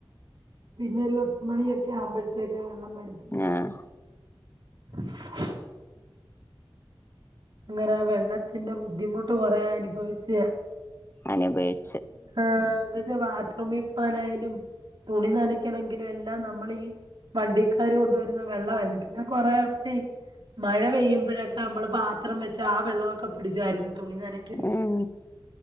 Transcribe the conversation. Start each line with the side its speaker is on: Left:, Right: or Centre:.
Right: പിന്നെ ഒരു പത്ത് മണിയൊക്കെ ആവുമ്പഴത്തേക്കെ വെള്ളം വരുത്ത
Left: ആഹ്
Right: <unintelligible> ഇങ്ങനെ വെള്ളത്തിന്റെ ബുദ്ധിമുട്ട് കൊറെ അനുഭവിച്ച്
Left: അനുഭവിച്
Right: ആഹ് എന്താ വെച്ചാ ബാത്റൂമിൽ പോകാനായാലും തുണി നനക്കണമെങ്കിലും എല്ലാം നമ്മളീ വണ്ടിക്കാര് കൊണ്ടുവരുന്ന വെള്ളമായിരുന്നു പിന്നെ കൊറെ അ മഴ പെയ്യുമ്പഴൊക്കെ നമ്മള് പാത്രം വെച്ച് ആ വെള്ളവൊക്കെ പിടിച്ചായിരുന്നു തുണി നനക്ക്ന്ന്
Left: ഉം